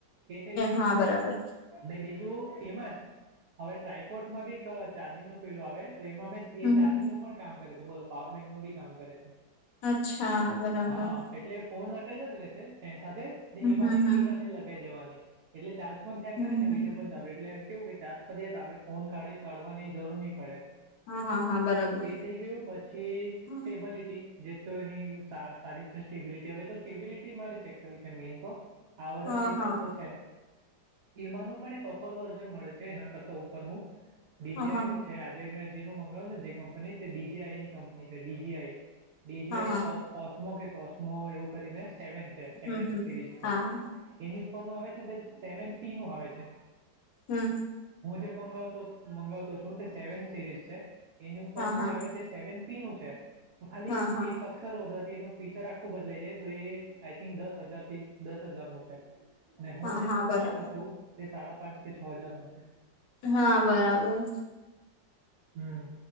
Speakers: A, on the right; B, on the left.
A: એ થઈ ગયું
B: હા બરાબર
A: ને બીજું. એમાં જ હવે ટ્રાયપોર્ટમાં બી એક ચાર્જિંગ નું પેલું આવે. તો એમાં મેં
B: હમ
A: એ ચાર્જિંગ
B: હમ
A: નું પણ કામ કરે છે બોલો પાવર બેંક નું બી કામ કરે છે.
B: અચ્છા બરાબર.
A: હા એટલે ફોન અટેચ જ જ રહેશે સ્ટેન્ડ સાથે ને
B: હમ
A: એમાંથી.
B: હમ હમ
A: લગી દેવાની એટલે ચાર્જ પણ થયા
B: હમ
A: કરે ને
B: હમ
A: વિડીયો પણ ચાલે એટલે. કેવું કે ચાર્જપતિએ તો આપણે ફોન કાઢી કાઢવાની જરૂર નહી પડે
B: હા હા હા બરાબર
A: એ થઈ ગયું પછી
B: હા
A: સ્ટેબલિટી જે તો એની સારી છે સ્ટેબિલિટી હવે તો સ્ટેબિલિટી મારે ચેક કરવી છે મેઇન તો આ બધા
B: હા
A: ફીચર
B: હા
A: તો છે એમાંનું પણ એક અપર વર્ઝન મળે છે એના કરતા ઉપરનું બિજાઇનુ
B: હા
A: જ છે આજે જેનું મંગાવને જે કંપની તે ડી જી આઈ ની કંપની છે ડી જી આઈ ડીજીઆઈ
B: હા હા
A: ઓસ્મો કે કોસ્મો એવું કરીને સેવન છે સેવન
B: હમ હમ
A: સિરીઝ છે
B: હા હા
A: ની ઉપર નું આવે છે ને તે સેવન પી નું આવે છે
B: હમ્મ
A: હું જે મંગાવતો છું તે સેવન સિરીઝ છે એની ઉપરનું
B: હા હા
A: જે આવે તે સેવન નું છે તો ખાલી
B: હા હા
A: એક અક્ષર વધારે એ ફુચર આખો બદલાઈ જાય તો એ આઈ થિક દસ હજાર થી દસ હજાર નું છે હું
B: હા
A: જે
B: હા
A: મંગાવવાનો
B: બરાબર
A: છું તે સાડા પાંચ કે છ હાજાર નું છે
B: હા બરાબર
A: હમ્મ.